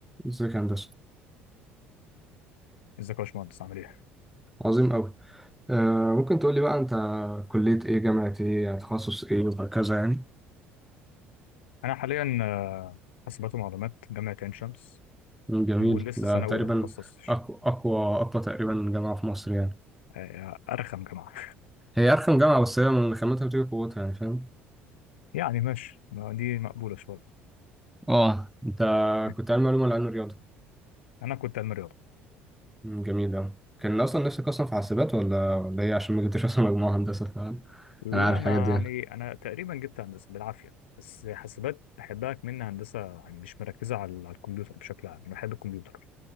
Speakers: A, in the centre; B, on the left.
A: ازيك يا هندسة
B: ازيك يا باشمهندس عامل ايه؟
A: عظيم أوي آه ممكن تقول لي بقى أنت كلية إيه جامعة إيه يعني تخصص إيه وهكذا يعني
B: انا حاليا آه، حاسبات ومعلومات جامعه عين شمس
A: مم، جميل
B: ولسه
A: ده
B: سنه
A: تقريبا
B: اولى ما اتخصصتش
A: أقوى أقوى أقوى تقريبا جامعة في مصر يعني
B: آه، آه، ارخم جامعه
A: هي أرخم جامعة بس هي من خامتها بتيجي قوتها يعني فاهم
B: <laughs> يعني ماشي ما دي مقبوله شويه
A: اه أنت
B: <laughs>
A: كنت علمي علوم ولا علم رياضة
B: انا كنت علم رياضه
A: مم، جميل أوي كان أصلا نفسك أصلا في حاسبات ولا ولا إيه عشان ما جبتش أصلا مجموعة هندسة فاهم
B: لا
A: أنا عارف الحاجات
B: انا
A: دي يعني
B: يعني انا تقريبا جبت هندسه بالعافيه بس حاسبات بحبها كمان هندسه يعني مش مركزه على على الكمبيوتر بشكل عام انا بحب الكمبيوتر